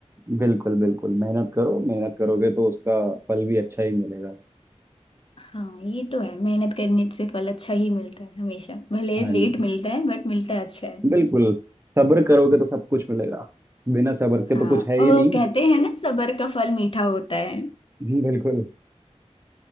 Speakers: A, on the right (about 20°); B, on the left (about 50°).
A: बिल्कुल बिल्कुल मेहनत करो मेहनत करोगे तो उसका फल भी अच्छा ही मिलेगा
B: हाँ ये तो है मेहनत करने से फल अच्छा ही मिलता है हमेशा भले
A: हाँ
B: लेट
A: जी
B: मिलता है बट मिलता है अच्छा है
A: बिल्कुल सब्र करोगे तो सब कुछ मिलेगा बिना सब्र के
B: हाँ
A: तो कुछ है ही
B: वो
A: नहीं
B: कहते हैं ना सबर का फल मीठा होता है
A: हम्म, बिल्कुल